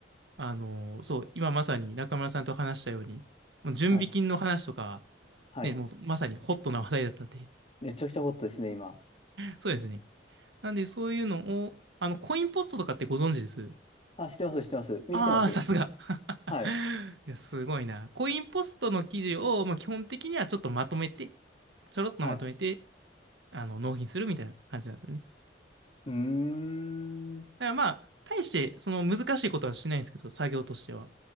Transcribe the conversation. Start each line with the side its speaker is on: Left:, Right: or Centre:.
Right: あのそう、今まさに中村さんと話したように、もう準備金の話とか、
Left: はい。はい。
Right: ね、もうまさにホットな話題だったんで、
Left: めちゃくちゃホットですね、今。
Right: そうですね。なんで、そういうのを、あの、コインポストとかってご存知です
Left: あ、知ってます、知ってます。見てます。
Right: ああー、さすが。<laughs>
Left: はい。
Right: いや、すごいな。コインポストの記事を、まあ、基本的にはちょっとまとめて、ちょろっとまとめて、
Left: はい。
Right: あの、納品するみたいな感じなんですよね。だか
Left: うーん。
Right: らまあ、大して、その難しいことはしないんですけど、作業としては。